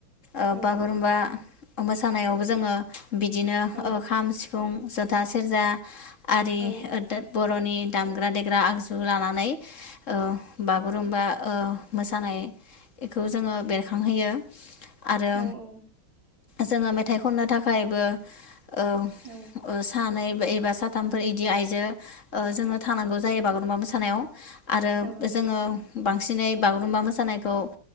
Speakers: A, on the left (about 40°); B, on the right (about 60°).
A: ओ
B: औ
A: बागुरुमबा
B: नंगौ
A: मोसानायावबो जोङो बिदिनो
B: औ
A: ओ खाम सिफुं ज था सेरजा आरि
B: औ
A: ओ दामग्रा देग्रा आगजु लानानै ओ बागुरुमबा ओ मोसानाय बेखौ जोङो बेरखांहोयो। आरो
B: औ औ।
A: जोङो मेथाइ खननो थाखायबो औ
B: औ
A: ओ सानै एबा साथामफोर बिदि आइजो ओ जोङो थानांगौ जायो बागुरुमबा मोसानायाव। आरो
B: औ नंगौ
A: जोङो
B: नोंथां
A: बांसिनै बागुरुम्बा मोसानायखौ